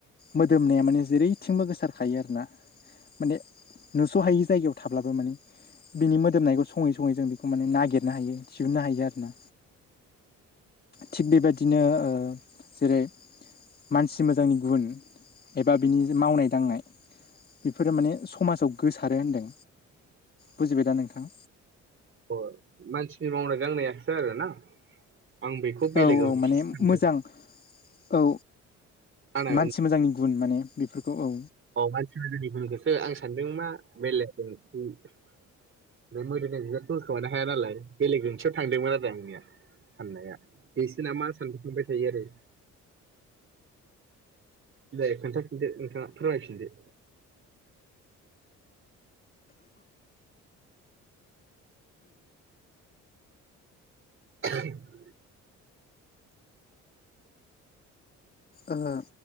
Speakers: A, on the left (about 30°); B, on the right (about 40°).
A: मोदोमनाया माने जेरैथिंबो गोसारखायो आरो ना माने नुस' हायि जायगायाव थाब्लाबो माने बिनि मोदोमनायखौ सङै स सङै जों बेखौ माने नागिरनो हायो दिहुननो हायो आरो ना थिग बेबायदिनो ओ जेरै- मानसि मोजांनि गुन एबा बिनि मावनाय दांनाय बेफोरो माने समाजाव गोसारो होनदों बुजिबाय दा नोंथां।
B: अ' मानसिनि मावनाय दांनायासो आरोना आं बेखौ बेलेगाव
A: औ औ माने
B: सानदों
A: मोजां औ
B: आंना
A: मानसि मोजांनि गुन माने बेफोरखौ औ।
B: औ मानसिफ्रा जुदि बुंगोनसो आं सानदों मां <unintelligible> बे मोदोमनाय बिबारखौ होखोमानो हाया नालाय बेलेग ओंथियाव थांदोंमोन आरो आंनिया साननाया बिसोरना मा सानफांबाय थायो आरो दे खोन्थाफिनदो नोंथाङा फोरमायफिनदो <unintelligible>
A: ओ